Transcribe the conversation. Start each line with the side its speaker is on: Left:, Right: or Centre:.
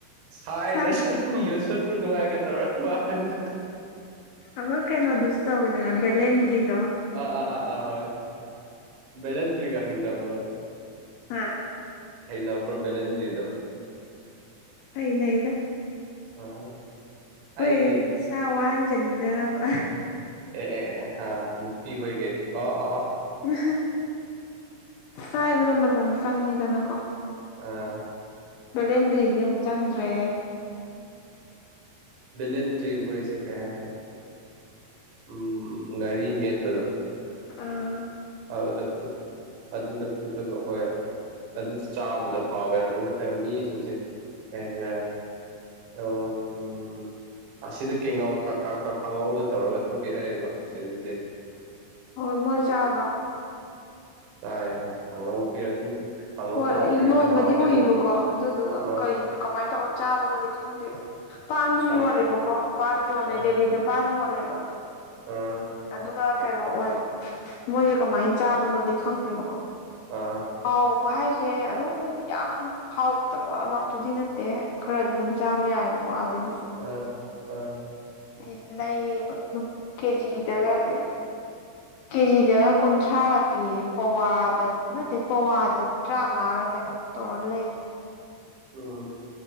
Right: ꯁꯥꯏꯗꯔꯁꯨ
Left: ꯁꯥꯏꯠ
Right: ꯑꯗꯨꯝ ꯌꯣꯠꯁꯤꯟꯕ ꯅꯨꯡꯉꯥꯏꯒꯗꯧꯔ ꯋꯥꯅ
Left: ꯑꯃ ꯀꯩꯅꯣꯗꯨꯁꯨ ꯇꯧꯋꯤꯗꯅ ꯚ‌ꯦꯂ‌ꯦꯟꯗꯔꯤꯗꫭ
Right: ꯑꯥ ꯑꯥ ꯑꯥ ꯑꯥ ꯍꯣꯏ ꯕꯦꯂꯦꯟꯇ꯭ꯔꯤꯒ ꯍꯩꯅꯕ꯭ꯔꯣ
Left: ꯍꯥ
Right: ꯍꯩꯅꯕꯔꫭ ‌ꯕ‌ꯦꯂꯦꯟ꯭ꯗꯔꯤ ꯗꫭ
Left: ꯑꯩꯅ ꯍꯥꯏꯗ
Right: ꯑꯥ
Left: ꯍꯣꯏ
Right: ꯑꯩꯗꯤ
Left: ꯏꯁꯥ ꯋꯥꯍꯟꯖꯅꯤꯡꯗꯔꯕ
Right: ꯑꯦ ꯑꯦ ꯍꯥꯥ ꯅꯨꯄꯤ ꯍꯒꯦ ꯑꯣ ꯑ ꯑ
Left: ꯎꯝ ꯆꯥꯏꯕꯗ ꯃꯇꯝ ꯆꯪꯉꯤꯗꯅꯀꯣ
Right: ꯑꯥ
Left: ꯕꯦꯂꯦꯟꯗ꯭ꯔꯤꯗꯤ ꯑꯃꯨꯛ ꯆꯪꯗ꯭ꯔꯦ
Right: ꯑ ꯂꯤꯟ ꯇꯔꯤꯛ ꯍꯣꯏꯁ ꯀꯌꯥꯖ ꯎꯝ ꯉꯥꯔꯤ ꯃꯦꯠꯄꯗꯣ
Left: ꯎꯟ
Right: ꯑꯗꯨꯗ ꯑꯗꯨꯗ ꯐꯨꯠꯂꯒ ꯍꯣꯏ ꯑꯗꯨ ꯆꯥꯕꯗꯣ ꯍꯥꯎꯋꯦ ꯑꯗꯨꯗ ꯅꯠꯇ꯭ꯔꯒ ꯃꯤꯁꯤꯡꯁꯦ ꯀꯩ ꯍꯥꯏꯇꯥꯔꯦ ꯑꯣ ꯑꯁꯤꯗ ꯀꯦꯒꯥꯎ ꯈꯥꯍꯥꯎꯗ ꯇꯧꯔꯒ ꯑꯗꯨꯝ ꯄꯤꯔꯛꯑꯦꯕ ꯁꯤꯗꯗꯤ
Left: ꯍꯣꯏ ꯃꯣꯏ ꯆꯥꯕ꯭ꯔꯣ
Right: ꯑꯥꯎ ꯆꯥꯏ ꯍꯣꯏ ꯀꯥꯡꯉꯧ ꯄꯤꯔ ꯑꯗꯨꯝ ꯀꯥꯡꯉꯧ
Left: ꯍꯣꯏ
Right: ꯇꯧꯔ
Left: ꯑꯩ
Right: ꯄꯤꯔꯛꯑꯦꯗ
Left: ꯌꯣꯟꯕꯗꯤ
Right: ꯍꯥꯎꯇꯦꯗ
Left: ꯎꯏꯌꯦꯕꯀꯣ ꯑꯗꯨꯗꯨꯒ
Right: ꯑꯥ
Left: ꯀꯩ ꯀꯃꯥꯏꯅ ꯇꯧꯔ ꯆꯥꯕꯅꯣꯗꯤ ꯈꯪꯗꯦꯕ ꯄꯥꯟꯁꯨ
Right: ꯀꯥꯡ
Left: ꯌꯣꯜꯂꯦꯕꯀꯣ ꯄꯥꯟ ꯌꯣꯜꯂꯦ
Right: ꯑꯥ
Left: ꯗꯦꯂꯤꯗ ꯄꯥꯟ ꯌꯣꯜꯂꯦꯕ
Right: ꯑꯥ
Left: ꯑꯗꯨꯒ ꯀꯩꯅꯣ ꯑꯣꯏꯕ ꯃꯣꯏꯁꯦ ꯀꯃꯥꯏꯅ ꯆꯥꯕꯅꯣꯗꯤ ꯈꯪꯗꯦꯕꯀꯣ
Right: ꯑꯥ
Left: ꯀꯥꯎꯕ ꯍꯥꯏꯁꯦ ꯑꯗꯨꯝ ꯌꯥꯝ ꯍꯥꯎꯇꯕ ꯑꯃꯛꯇꯨꯗꯤ ꯅꯠꯇꯦ ꯈꯔꯗꯤ ꯑꯗꯨꯝ ꯆꯥꯕ ꯌꯥꯏꯑꯕꯀꯣꯒꯤꯗꯨꯁꯨ
Right: ꯑꯥ ꯑꯥ
Left: ꯑꯩ ꯂꯩꯌꯦꯕ ꯑꯗꯨ ꯀꯦꯖꯤꯗꯒꯁꯦ ꯀꯦꯖꯤꯗ ꯀꯨꯟꯊ꯭ꯔꯥꯒ ꯄꯤꯌꯦ ꯄꯋꯥꯗ ꯅꯠꯇꯦ ꯄꯋꯥꯗ ꯇꯔꯥꯃꯉꯥꯔ ꯀꯩꯅꯣꯝ ꯇꯧꯔ ꯂꯩꯌꯦ
Right: ꯎꯟ